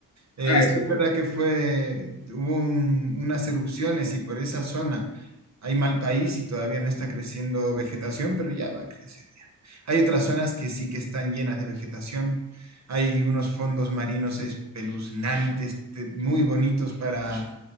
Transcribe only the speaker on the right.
Eh,
sí,
es
verdad que fue, hubo un- unas erupciones y por esa zona hay mal país y todavía no está creciendo vegetación, pero ya va a crecer. Hay otras zonas que sí que están llenas de vegetación. Hay unos fondos marinos espeluznantes, te- muy bonitos para,